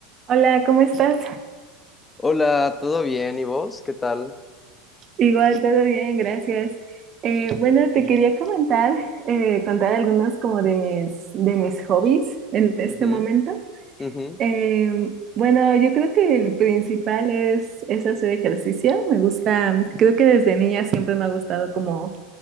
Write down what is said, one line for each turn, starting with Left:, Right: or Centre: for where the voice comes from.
Right: Hola, ¿cómo estás?
Left: Hola, ¿todo bien? ¿Y vos? ¿Qué tal?
Right: Igual, todo bien, gracias. Eh, bueno, te quería comentar, eh, contar algunos como de mis, de mis hobbies en este
Left: Ujú,
Right: momento.
Left: ujú.
Right: Eh, bueno, yo creo que el principal es, es hacer ejercicio. Me gusta, creo que desde niña siempre me ha gustado como